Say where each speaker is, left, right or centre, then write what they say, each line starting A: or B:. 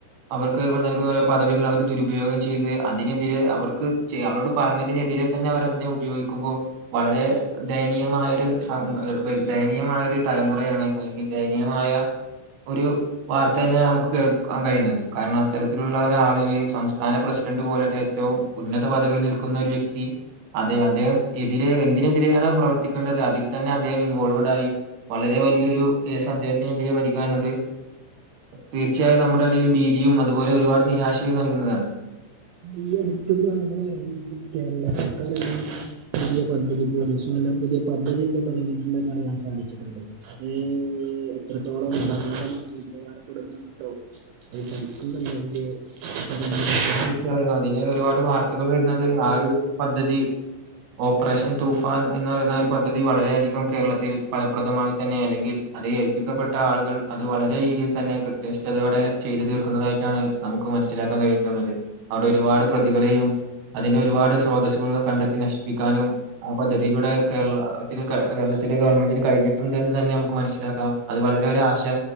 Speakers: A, on the right; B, on the right.
A: അവർക്ക് ഇവിടെ നൽകുന്ന ഓരോ പദവികൾ അവര് ദുരുപയോഗം ചെയ്യുന്നത് അതിനെതിരെ അവർക്ക് ചെയ അവരോട് പറഞ്ഞതിനെതിരെ. പിന്നെ അവരതിനെ ഉപയോഗിക്കുമ്പോ വളരെ ദയനീയമായൊരു സ എട് വെൽ ദയനീയമായൊര് തലമുറയാണ് അല്ലെങ്കിൽ ദയനീയമായ ഒരു. വാർത്തെന്നെണ് നമുക്ക് കേൾക്കാൻ കഴിയുന്നത് കാരണം അത്തരത്തിലുള്ള ഒരാള് ഈ സംസ്ഥാന പ്രസിഡന്റ് പോലത്തെ റ്റവും ഉന്നതപദവിയിൽ നിൽക്കുന്ന ഒര് വ്യക്തി അതെ അദ്ദേഹം എതിരെ എന്തിനെതിരെയാണോ പ്രവർത്തിക്കുന്നത് അതിൽ. തന്നെ അദ്ദേഹം ഇൻവോൾവഡ് ആയി വളരെ വലിയൊരു കേസ് അദ്ദേഹത്തിനെതിരെ വരിക എന്നത്. തീർച്ചയായും നമ്മുടെ ഇടയിൽ ഭീതിയും അതുപോലെ ഒരുപാട് നിരാശയും നൽകുന്നതാണ്
B: ഈ അടുത്ത്പ്പോ നമ്മള് ഈ കേരള സർക്കാര് എല്ലാം പുതിയ പദ്ധതി പോലീസും എല്ലാം പുതിയ പദ്ധതിയെന്തോ തുടങ്ങിട്ടുണ്ടെന്നറിയാൻ സാധിച്ചിട്ടുണ്ട്. ഉം, ഇത്രത്തോളം ഉപകാരം ഉപകാരപ്പെടുന്നുണ്ടോ <inaudible>
A: തീർച്ചയായും അതിന് ഒരുപാട് വാർത്തകൾ വരുന്നത് ആ ഒരു പദ്ധതി ഓപ്പറേഷൻ തൂഫാൻ എന്ന് പറയുന്ന ഒരു പദ്ധതി വളരെയധികം കേരളത്തില് ഫലപ്രദമായി തന്നെ അല്ലെങ്കിൽ. അതേ ഏൽപ്പിക്കപ്പെട്ട ആളുകൾ അത് വളരെതിയിൽ തന്നെ കൃത്യനിഷ്ഠതയോടെ ചെയ്തു തീർക്കുന്നതായിട്ടാണ്. നമുക്ക് മനസ്സിലാക്കാൻ കഴിഞ്ഞിട്ടുള്ളത് അവിടെ ഒരുപാട് പ്രതികളെയും അതിന്റെ ഒരുപാട് സ്രോതസ്സുകൾ കണ്ടെത്തി നശിപ്പിക്കാനും. ആ പദ്ധതിയിലൂടെ കേരളത്തിന് കേരളത്തിലെ ഗവൺമെന്റിന് കഴിഞ്ഞിട്ടുണ്ട്ന്ന് തന്നെ നമുക്ക് മനസ്സിലാക്കാം. അത് വളരെ ഒരാശ